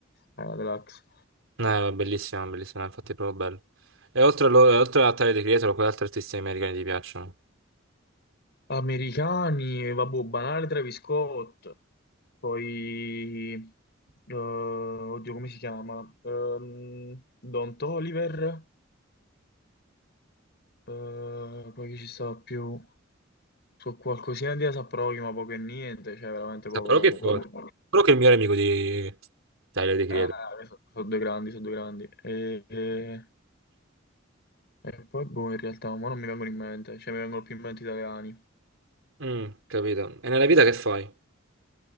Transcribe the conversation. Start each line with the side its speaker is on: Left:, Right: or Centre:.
Left: Eh, la deluxe.
Right: Eh, bellissimo, bellissimo, infatti è proprio bello. E oltre a, lo- e oltre a Tyler, The Creator, quali altri artisti americani ti piacciono?
Left: Americani, vabbè, banale Travis Scott, poi, eh, oddio, come si chiama? Ehm, Don Toliver, eh, poi chi ci sta più? Su qualcosina di Asa Prochi, ma poco e niente, cioè veramente poco,
Right: Ah, Però che
Left: poco,
Right: forte.
Left: poco.
Right: Però che è il migliore amico di Tyler, The Creator.
Left: Ah, sono due grandi, sono due grandi. E, e- e poi, boh, in realtà, ma non mi vengono in mente, cioè mi vengono più in mente italiani.
Right: Mm, capito. E nella vita che fai?